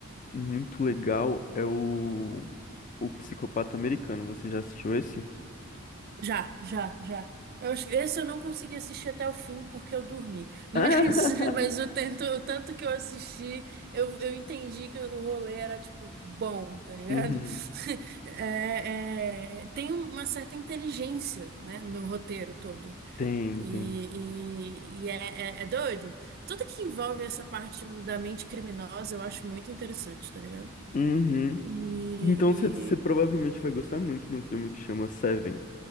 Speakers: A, on the left (about 35°); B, on the right (about 45°).
A: muito legal é o O Psicopata Americano. Você já assistiu esse?
B: Já, já, já. Eu acho que esse eu não consegui assistir até o fim porque eu dormi. Mas,
A: Ah! <laughs>
B: <laughs> mas o tanto, o tanto que eu assisti, eu, eu entendi que o rolê era, tipo, bom, tá ligado?
A: Uhum.
B: <laughs> É, é, tem uma certa inteligência, né, no roteiro todo.
A: Tem,
B: E,
A: tem.
B: e, e é, é, é doido. Tudo que envolve essa parte da mente criminosa eu acho muito interessante, tá ligado?
A: Uhum.
B: E,
A: Então você provavelmente vai gostar muito de um filme que chama Seven,